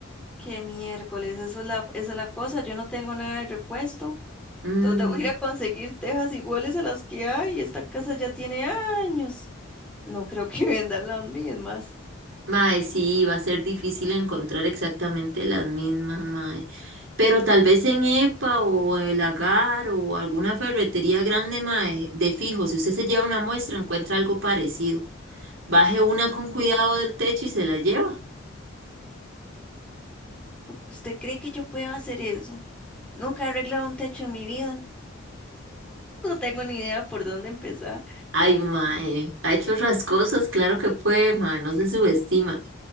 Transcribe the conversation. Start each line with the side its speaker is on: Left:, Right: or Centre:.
Centre: qué miércoles, eso es la, esa es la cosa. Yo no tengo nada de repuesto.
Right: Mm.
Centre: ¿Dónde voy a ir a conseguir tejas iguales a las que hay? Esta casa ya tiene años. No creo que <laughs> vendan las mismas.
Right: Mae, sí, va a ser difícil encontrar exactamente las mismas, mae. Pero tal vez en EPA o el Agar o alguna ferretería grande, mae, de fijo, si usted se lleva una muestra, encuentra algo parecido. Baje una
Centre: Mm,
Right: con cuidado del techo y se la lleva.
Centre: ¿Usted cree que yo pueda hacer eso? Nunca he arreglado un techo en mi vida. No tengo ni idea por dónde empezar.
Right: Ay, mae, ha hecho otras cosas, claro que puede, mae, no se subestima.